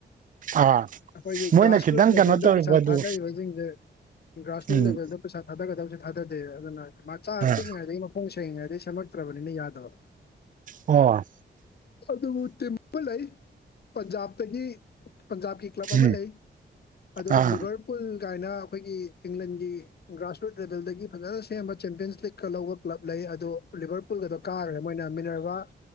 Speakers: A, on the right (about 45°); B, on the left (about 60°).
A: ꯑꯥ
B: ꯑꯩꯈꯣꯏꯒꯤ
A: ꯃꯣꯏꯅ
B: ꯒ꯭ꯔꯥꯁꯔꯨꯠ
A: ꯈꯤꯇꯪ
B: ꯂꯦꯚꯦꯜꯗ
A: ꯀꯩꯅꯣ ꯇꯧꯔꯤꯕ
B: ꯄꯩꯁꯥ
A: ꯑꯗꯨ
B: ꯊꯥꯗꯔꯤꯕꯁꯤꯡꯁꯦ ꯒ꯭ꯔꯥꯁꯔꯨꯠ
A: ꯎꯝ
B: ꯂꯦꯚꯦꯜꯗ ꯄꯩꯁꯥ ꯊꯥꯗꯒꯗꯕꯁꯦ ꯊꯥꯗꯗꯦ ꯑꯗꯨꯅ ꯃꯆꯥ
A: ꯑꯥ
B: ꯄꯤꯛꯏꯉꯩꯗꯒꯤ ꯈꯣꯡ ꯁꯦꯡꯉꯤꯉꯩꯗꯒꯤ ꯁꯦꯃꯛꯇ꯭ꯔꯕꯅꯤꯅ ꯌꯥꯗꯕ
A: ꯑꯣ
B: ꯑꯗꯨꯕꯨ ꯇꯤꯕ ꯂꯩ ꯄꯟꯖꯥꯕꯇꯒꯤ ꯄꯟꯖꯥꯕꯀꯤ ꯀ꯭ꯂꯕ ꯑꯃ
A: ꯎꯝ
B: ꯂꯩ ꯑꯗꯣ
A: ꯑꯥ
B: ꯂꯤꯚꯔ ꯄꯨꯨꯜ ꯒꯥꯏꯅ ꯑꯈꯣꯏꯒꯤ ꯏꯪꯂꯟꯒꯤ ꯒ꯭ꯔꯥꯁꯔꯨꯠ ꯂꯦꯚꯦꯜꯗꯒꯤ ꯐꯖꯅ ꯁꯦꯝꯕ ꯆꯦꯝꯄꯤꯌꯟꯁ ꯂꯤꯛꯀ ꯂꯧꯕ ꯀ꯭ꯂꯕ ꯂꯩ ꯑꯗꯣ ꯂꯤꯕꯔ ꯄꯨꯜꯒꯗꯣ ꯀꯥꯔꯒ ꯃꯣꯏꯅ ꯃꯤꯟꯅꯔꯒ